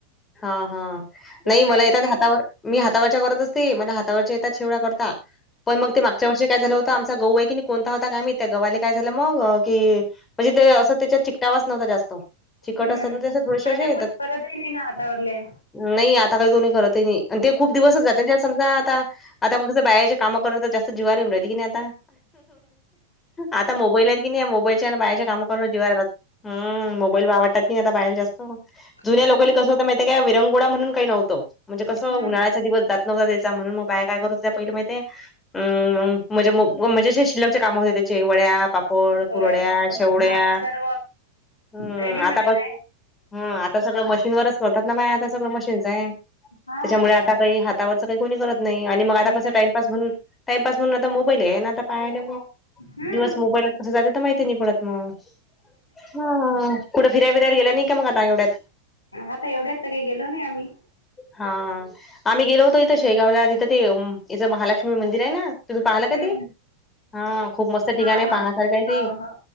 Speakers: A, on the left; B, on the left.
A: हा- हा
B: कुरड्या
A: नाही, मला येतात
B: घरी
A: हातावर. मी हातावरच्या करत असते मला हातावरच्या येतात शेवळ्या करता? पण मग ते मागच्या वर्षी काय झालं होतं, आमचा गहू आहे कनी कोणता होता काय माहिती त्या गव्हाला काय झालं मग की म्हणजे ते असं त्याच्यात चिटकावाच नव्हता जास्त. चिकट
B: हम्म
A: असत ना थोडेसे
B: आता
A: असे
B: कोणी करतही नाही ना हातावरले.
A: नाही आता काही कोणी करत नाही. ते खूप दिवसच जात समजा आता आता मग कसं बायाचे काम करून तर जास्त जीवावर येऊ राहिले कनी आता. आता मोबाईल आहेत की नाही, या मोबाईलच्यान आणि बाहेरच्या काम करून जीवावर येतात. हम्म, मोबाईल आवडतात की नाही आता बायाले जास्त. जुन्या
B: हो
A: लोक
B: ना
A: कसं होत माहितीय का? विरंगुळा म्हणून काही नव्हत म्हणजे कस
B: हम्म
A: उन्हाळ्याचा दिवस जात <unintelligible> म्हणून मग बाया काय करत होत पहिले माहि ते अ म्हणजे म्हणजे असे शिल्लाकचे काम होते त्याचे वड्या, पापड,
B: शेवड्या
A: कुरड्या,
B: पापड
A: शेवड्या.
B: आता सर्व
A: हम्म,
B: रेडीमेडच
A: आता कसं
B: आहे
A: हम्म, आता सगळं मशीनवरच करतात ना बाया आता सगळं मशीनच आहे.
B: हा
A: त्याच्यामुळे आता काही हातावरच कोणी करत नाही आणि मग
B: कोणी
A: आता कस
B: करत
A: टाइमपास म्हणून टाइमपास म्हणून आता मोबाईल आहे ना आता बायाला मग
B: हम्म
A: दिवस मोबाईलात कस जाते ते माहिती नाही पडत मग, हम्म. कुठ फिराय बीरायला गेला नाही का? मग आता एवढ्यात.
B: आता एवढ्यात काही गेलो नाही आम्ही.
A: हा, आम्ही गेलो होतो इथं शेगावला तिथं ते इथं महालक्ष्मी मंदिर आहे ना. तुम्ही पाहाल
B: हम्म
A: का
B: हम्म
A: ते? हा खूप मस्त
B: हा
A: ठिकाण आहे.
B: हा
A: पाहसारख आहे
B: हो
A: ते.
B: हो